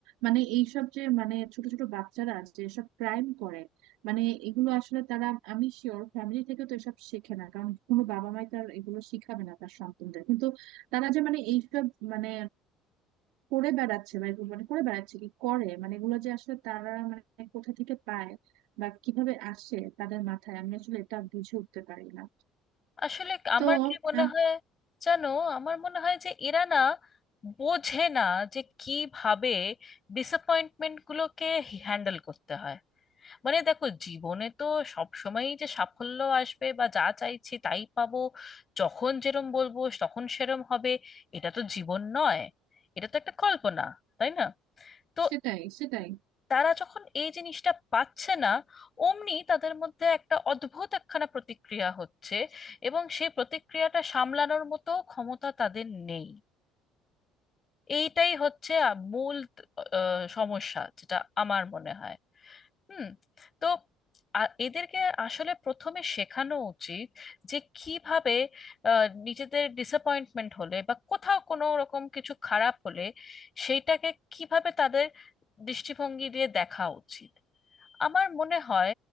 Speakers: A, on the right (about 80°); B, on the left (about 35°).
A: মানে এইসব যে মানে ছোট ছোট বাচ্চারা যে এসব ক্রাইম করে মানে এগুলো আসলে তারা আমি শিওর ফ্যামিলি থেকে তো এসব শেখে না কারণ কোনো বাবা মাই তার এগুলো শিখাবে না তার সন্তানদের কিন্তু তারা যে মানে এইসব মানে করে বেড়াচ্ছে বা এগুলো মানে করে বেড়াচ্ছে কি করে মানে এগুলো যে আসলে তারা মানে কোথা থেকে পায় বা কিভাবে আসে তাদের মাথায় আমি আসলে এটা বুঝে উঠতে পারি না
B: আসলে আমার
A: তো
B: কি মনে
A: আম-
B: হয় জানো আমার মনে হয় যে এরা না বোঝে না যে কিভাবে ডিসঅ্যাপয়েন্টমেন্ট গুলোকে হ্যান্ডেল করতে হয় মানে দেখো জীবনে তো সব সময়ই যে সাফল্য আসবে বা যা চাইছি তাই পাবো যখন যেরম বলবো তখন সেরম হবে এটা তো জীবন নয় এটা তো একটা কল্পনা তাই না তো
A: সেটাই সেটাই
B: তারা যখন এই জিনিসটা পাচ্ছে না অমনি তাদের মধ্যে একটা অদ্ভুত একখানা প্রতিক্রিয়া হচ্ছে এবং সেই প্রতিক্রিয়াটা সামলানোর মতো ক্ষমতা তাদের নেই এইটাই হচ্ছে আ- মূল আহ, সমস্যা যেটা আমার মনে হয় হুম তো আ- এদেরকে আসলে প্রথমে শেখানো উচিত যে কিভাবে আহ, নিজেদের ডিসঅ্যাপয়েন্টমেন্ট হলে বা কোথাও কোনো রকম কিছু খারাপ হলে সেইটাকে কিভাবে তাদের দৃষ্টিভঙ্গি দিয়ে দেখা উচিত আমার মনে হয়